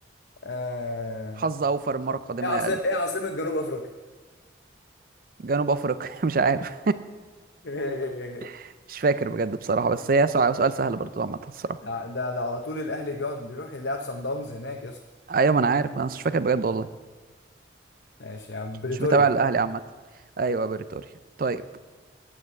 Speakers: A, on the left; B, on the right.
A: آه...
B: حظ اوفر المره القادمه
A: ايه عاصم
B: يا قلبي
A: ايه عاصمة جنوب افريقيا
B: جنوب افريقيا <laughs> مش عارف
A: <laughs>
B: <laughs> مش فاكر بجد بصراحه بس هي سؤال سؤال سهل برضو عامه الصراحه
A: ده ده ده على طول الاهلي بيقعد بيروح يلعب سان داونز هناك يا اسطى
B: ايوه ما انا عارف ما انا مش فاكر بجد والله
A: ماشي يا عم بريتوريا
B: مش متابع الاهلي عامه ايوه بريتوريا طيب